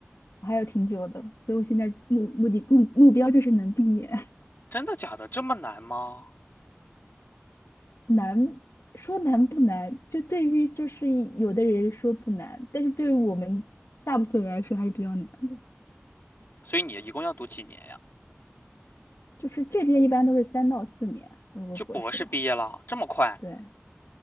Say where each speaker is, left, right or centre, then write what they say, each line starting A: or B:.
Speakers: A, on the left; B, on the left.
A: 我还有挺久的，所以我现在目目的目目标就是能毕业。<laughs>
B: 真的假的？这么难吗？
A: 难说难不难，就对于就是有的人说不难，但是对于我们大部分人来说还是比较难的。
B: 所以你一共要读几年呀？
A: 就是这边一般都是三到四年，如果博士的话。
B: 就博士毕业了，这么快？
A: 对，